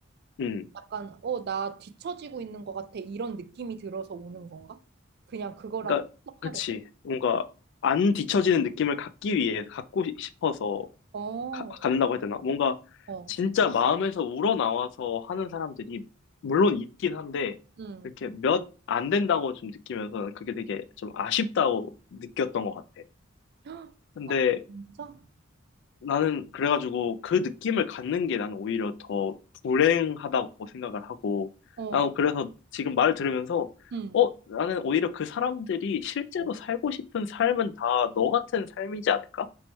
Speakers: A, on the left; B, on the right.
A: 음,
B: 약간 어, 나 뒤처지고 있는 것 같아. 이런 느낌이 들어서 오는 건가? 그냥 그거라도
A: 그러니까,
B: 해석하려고.
A: 그치. 뭔가 안 뒤처지는 느낌을 갖기 위해 갖고 싶어서
B: 어,
A: 가, 갖는다고 해야 되나? 뭔가
B: 어,
A: 진짜 마음에서 우러나와서 하는 사람들이 물론 있긴 한데
B: 음.
A: 이렇게 몇 안 된다고 좀 느끼면서 그게 되게 좀 아쉽다고 느꼈던 것 같아.
B: 헉,
A: 근데
B: 아, 진짜?
A: 나는 그래가지고 그 느낌을 갖는 게 나는 오히려 더 불행하다고 생각을 하고,
B: 어,
A: 아, 그래서 지금 말을 들으면서,
B: 음,
A: 어, 나는 오히려 그 사람들이 실제로
B: 어,
A: 살고 싶은 삶은 다 너 같은 삶이지 않을까?